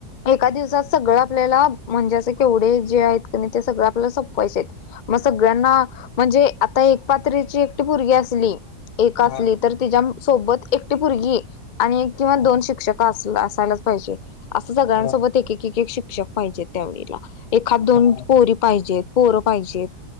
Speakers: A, on the left (about 50°); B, on the left (about 75°).
A: एका दिवसात सगळं आपल्याला म्हणजे असं केवढे जे आहेत ते क नाही ते सगळं संपवायचं आहेत मग सगळ्यांना म्हणजे आता एक पात्रीची एकटी पोरगी असली एक असली
B: हा
A: तर तिच्यासोबत एकटी पोरगी आणि एक किंवा
B: हा
A: दोन शिक्षक असला असायलाच पाहिजे. असं सगळ्यांसोबत
B: हा
A: एक एक एक शिक्षक पाहिजेत, त्यावेळेला एखाद दोन
B: हा
A: पोरी पाहिजेत. पोरं पाहिजेत